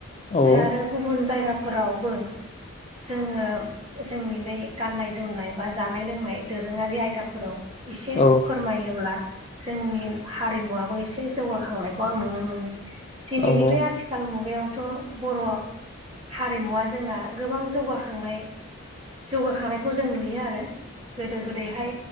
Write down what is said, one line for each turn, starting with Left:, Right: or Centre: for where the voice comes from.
Left: औ
Right: आरो गुबुन जायगाफोरावबो जोङो जोंनि बे गाननाय जोमनाय बा जानाय लोंनाय दोरोङारि आयदाफोराव एसे
Left: औ
Right: फोरमायोब्ला जोंनि हारिमुवा से जौगाखांनायखौ आं नुनो मोनो दिनैनि
Left: औ
Right: बे आथिखाल सिाल मुगायावथ' बर' हारिमुवा जोंना गोबां जौगाखांनाय जौगाखानायखौ जों नुयो आरो गोदो गोदैहाय